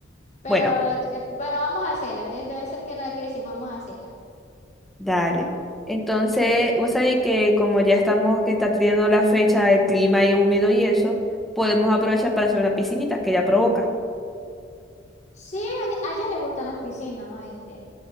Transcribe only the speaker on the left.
Pero,
eh, pero vamos a hacerla. eh, Debe ser que no la quiere decir, vamos a hacerla.
Sí, a, ella, a ella le gustan las piscinas, ¿no viste?